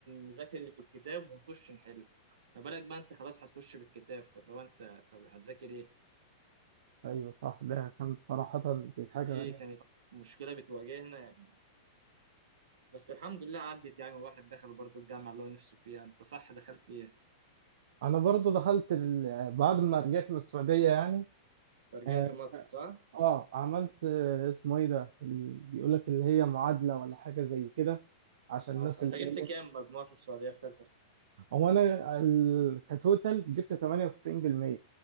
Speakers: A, on the right; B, on the right.
A: نذاكر اللي في الكتاب ونخش نحل ما بالك بقى انت خلاص هتخش بالكتاب فاللي هو انت طب هتذاكر ايه
B: ايوه صح ده كانت صراحة دي حاجة
A: دي
B: غريبة
A: كانت مشكله بتواجهنا يعني بس الحمد لله عدت يعني الواحد دخل برضه الجامعه اللي هو نفسه فيها انت صح دخلت ايه؟
B: انا برضه دخلت ال... بعد ما رجعت من السعودية يعني
A: أنت رجعت
B: اه
A: مصر صح؟
B: آه، عملت آه، اسمه ايه ده ال... بيقول لك اللي هي معادلة ولا حاجة زي كده عشان
A: أصلا
B: الناس اللي
A: انت جبت
B: جاية
A: كام مجموع في السعوديه في ثالثه ثانوي؟
B: هو انا ال- كتوتال جبت 98%